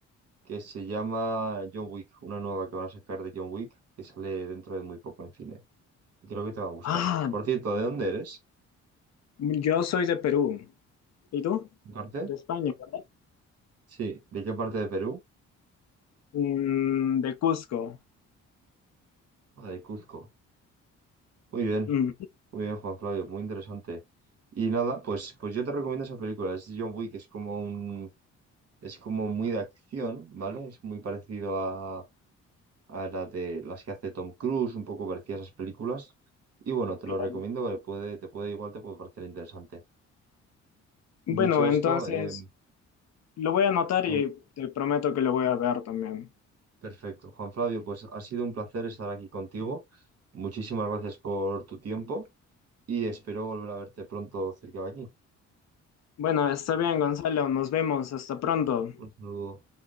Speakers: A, on the right (about 55°); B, on the left (about 60°).
A: que se llama John Wick, una nueva que van a sacar de John Wick que sale dentro de muy poco en cine. Creo que te va a gustar.
B: Ah,
A: Por cierto, ¿de dónde eres?
B: yo soy de Perú. ¿Y tú?
A: ¿De ¿Parte?
B: De España, ¿verdad?
A: Sí, ¿de qué parte de Perú?
B: Mm, de Cusco.
A: Ah, de Cuzco. Muy bien,
B: Mm,
A: muy bien, Juan Flavio, muy interesante. Y nada, pues, pues yo te recomiendo esa película, es John Wick, es como un, es como muy de acción, ¿vale? Es muy parecido a, a la de las que hace Tom Cruise, un poco parecida a esas películas. Y bueno, te
B: claro.
A: lo recomiendo, porque puede, te puede igual te puede parecer interesante. Dicho
B: Bueno,
A: esto,
B: entonces
A: eh,
B: lo voy a anotar
A: Juan-
B: y te prometo que lo voy a ver también.
A: perfecto. Juan Flavio, pues ha sido un placer estar aquí contigo. Muchísimas gracias por tu tiempo y espero volver a verte pronto cerca de aquí.
B: Bueno, está bien, Gonzalo. Nos vemos. Hasta pronto.
A: Un saludo.